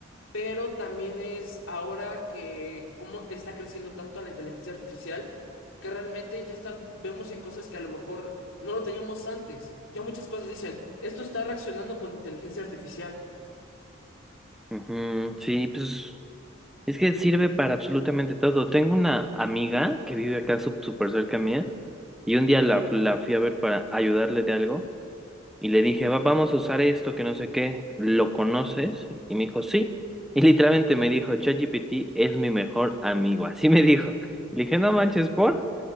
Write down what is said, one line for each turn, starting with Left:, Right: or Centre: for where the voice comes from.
Left: pero también es ahora que cómo está creciendo tanto la inteligencia artificial, que realmente ya está, vemos en cosas que a lo mejor no lo teníamos antes. Ya muchas cosas dicen, esto está reaccionando con inteligencia artificial.
Centre: Ujú, Sí, pues es que sirve para absolutamente todo. Tengo una amiga que vive acá sup- súper cerca mía y un día la, la fui a ver para ayudarle de algo Y le dije, "Va- vamos a usar esto, que no sé qué, ¿lo conoces? Y me dijo, sí. Y literalmente me dijo, ChatGPT es mi mejor amigo, así me dijo. Le dije, no manches, ¿por?